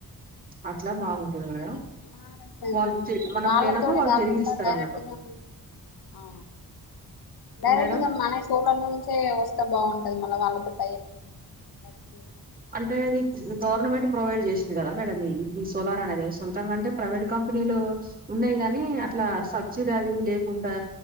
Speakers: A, on the right (about 25°); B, on the left (about 80°).
A: అట్లా బాగుంటుంది మేడం
B: అంటే ఏ మహాలంగా
A: వాళ్ళు
B: అంటే
A: తిరి మనకు
B: వాళ్ళతోనే
A: లేనప్పుడు వాళ్ళు
B: కాకుండా
A: తిరిగి ఇస్తారు
B: డైరెక్ట్గా
A: అన్నట్టు
B: మ ఆ డైరెక్ట్గా
A: మేడం
B: మన సోలర్ నుంచే వస్త బాగుంటుది మళ్ళ వాళ్ళతో టైప్ <unintelligible>
A: అంటేది గవర్నమెంట్ ప్రొవైడ్ చేసి కదా మేడం సోలార్ అనేది సొంతంగా అంటే ప్రైవేట్ కంపెనీలు ఉన్నాయి కాని అట్లా సబ్ చీర అవిన్ లేకుండా